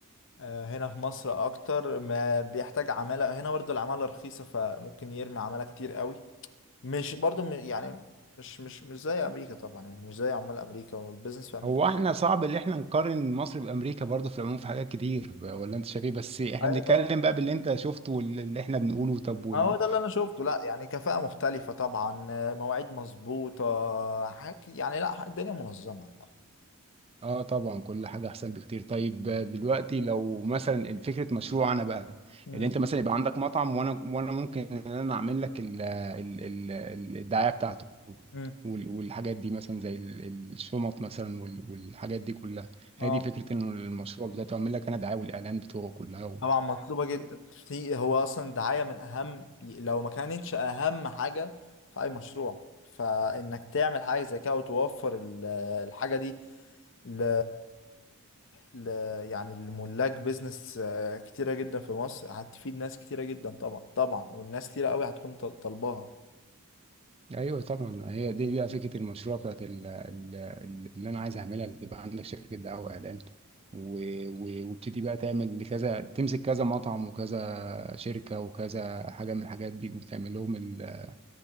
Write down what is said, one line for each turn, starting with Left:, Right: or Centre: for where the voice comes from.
Left: آه، هنا في مصر اكتر ما بيحتاج عمالة هنا برضه العمالة رخيصة فممكن يرمي عمالة كتير قوي مش برضه م- يعني مش مش مش زي امريكا طبعا يعني مش زي عمال امريكا والبيزنس في امريكا
Right: هو إحنا صعب إن إحنا نقارن مصر بأمريكا برضه في العموم في حاجات كتير ولا أنت شايف إيه؟ بس إحنا
Left: ايوه
Right: بنتكلم
Left: طبعا
Right: بقى باللي أنت شفته واللي إحنا بنقوله طب وال...
Left: آه، هو ده اللي انا شفته لا يعني كفاءة مختلفة طبعا آه، مواعيد مظبوطة حاجة يعني لا الدنيا منظمة
Right: اه طبعا كل حاجة احسن بكتير طيب آه، دلوقتي لو مثلا فكرة مشروع انا بقى
Left: مم.
Right: اللي انت مثلا يبقى عندك مطعم وانا وانا ممكن ان انا اعمل لك ال ال ال الدعاية بتاعته
Left: مم.
Right: وال- والحاجات دي مثلا زي ال- الشنط مثلا وال- والحاجات دي كلها
Left: اه
Right: هي دي فكرة ان المشروع بتاعته اعمل لك انا دعاية والاعلان بتوعه كلها
Left: طبعا مطلوبة جدا في هو اصلا الدعاية من اهم لو ما كانتش اهم حاجة في اي مشروع فانك تعمل حاجة زي كده وتوفر ال- الحاجة دي ل... ل... يعني الملاك بيزنس آه، كتيرة جدا في مصر هتفيد ناس كتيرة جدا طبعا طبعا والناس كتيرة قوي هتكون طل- طالباها
Right: ايوه طبعا هي دي بقى فكره المشروع بتاعت ال- ال- ال- اللي انا عايز اعملها اللي تبقى عندك شركه دعايه واعلان و- و- وابتدي بقى تعمل كذا تمسك كذا مطعم وكذا شركه وكذا حاجه من الحاجات دي وتعمل لهم ال-